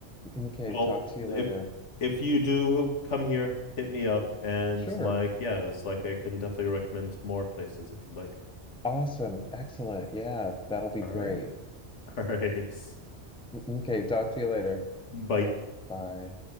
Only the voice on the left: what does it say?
Well,
if if you do come here, hit me up and
like, yeah, it's like I can definitely recommend more places if you like.
All right. <laughs> All right.
Bye.